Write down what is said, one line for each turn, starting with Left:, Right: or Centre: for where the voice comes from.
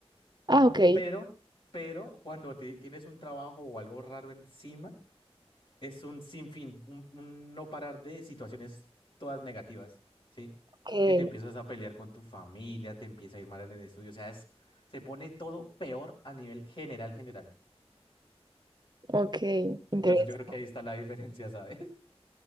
Right: Ah, ok,
Left: Pero, pero cuando ti- tienes un trabajo o algo raro encima, es un sinfín, un, un no parar de situaciones todas negativas, ¿sí?
Right: ok,
Left: Que te empiezas a pelear con tu familia, te empieza a ir mal en el estudio, o sea, es, se pone todo peor a nivel general, general.
Right: ok, interesante.
Left: Entonces yo creo que ahí está la diferencia, ¿sabes? <laughs>